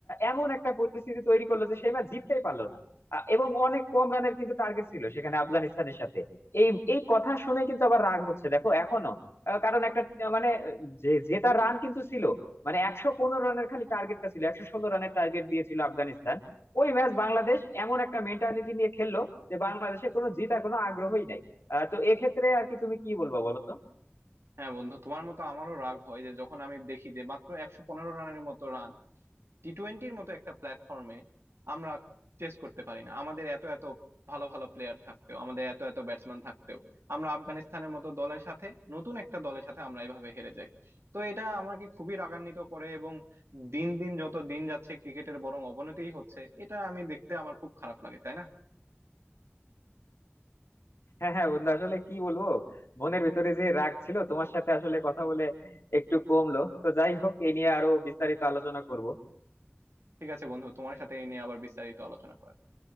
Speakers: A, on the left; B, on the right.
A: এমন একটা পরিস্থিতি তৈরি করলো যে সেই ম্যাচ জিততেই পারলো না আহ, এবং অনেক কম রানের কিন্তু টার্গেট ছিল সেখানে আফগানিস্তানের সাথে এই এই কথা শুনে কিন্তু আবার রাগ হচ্ছে দেখো এখনো আহ কারণ একটা আহ, মানে যে জেতা রান কিন্তু ছিল মানে একশো পনেরো রানের খালি টার্গেটটা ছিল একশো ষোলো রানের টার্গেট দিয়েছিল আফগানিস্তান ওই ম্যাচ বাংলাদেশ এমন একটা মেন্টালিটি নিয়ে খেললো যে বাংলাদেশের কোনো জেতার কোনো আগ্রহই নাই আহ, তো এক্ষেত্রে আর কি তুমি কি বলবা বলো তো
B: হ্যাঁ বন্ধু তোমার মতো আমারও রাগ হয় যে যখন আমি দেখি যে মাত্র একশো পনেরো রানের মতো রান টি টোয়েন্টির মতো একটা প্ল্যাটফর্মে আমরা চেস করতে পারি না আমাদের এত এত ভালো ভালো প্লেয়ার থাকতেও আমাদের এত এত ব্যাটসম্যান থাকতেও আমরা আফগানিস্তানের মতো দলের সাথে নতুন একটা দলের সাথে আমরা এভাবে হেরে যাই তো এটা আমাকে খুবই রাগান্বিত করে এবং দিন দিন যত দিন যাচ্ছে ক্রিকেটের বরং অবনতিই হচ্ছে এটা আমি দেখতে আমার খুব খারাপ লাগে তাই না
A: হ্যাঁ হ্যাঁ বন্ধু আসলে কি বলবো মনের ভিতরে যে রাগ ছিল তোমার সাথে আসলে কথা বলে একটু কমলো তো যাই হোক এই নিয়ে আরো বিস্তারিত আলোচনা করব
B: ঠিক আছে বন্ধু তোমার সাথে এই নিয়ে আবার বিস্তারিত আলোচনা করা যাবে